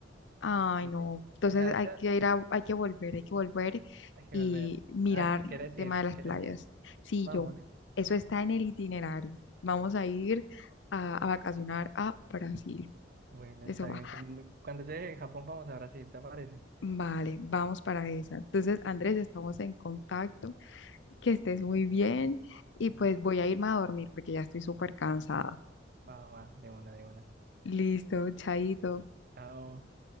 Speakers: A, on the left (about 75°); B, on the right (about 55°).
A: Ay,
B: Yo
A: no.
B: llegué-
A: Entonces
B: O sea,
A: hay
B: ya
A: que ir a, hay que volver, hay que volver
B: hay que
A: y
B: volver.
A: mirar
B: Ah,
A: el
B: ¿quieres
A: tema
B: ir?
A: de las
B: ¿Quieres
A: playas.
B: ir?
A: Sí,
B: Vamos.
A: yo, eso está en el itinerario. Vamos a ir a, a vacacionar a Brasil.
B: Bueno,
A: Eso
B: está
A: va.
B: bien. Cuando, cuando llegue a Japón, vamos a Brasil, ¿te parece?
A: Vale, vamos para esa. Entonces, Andrés, estamos en contacto. Que estés muy bien y pues
B: Listo,
A: voy
B: listo.
A: a irme a dormir porque ya estoy súper cansada.
B: Va, va, va, de una, de una.
A: Listo, chaito.
B: Chao.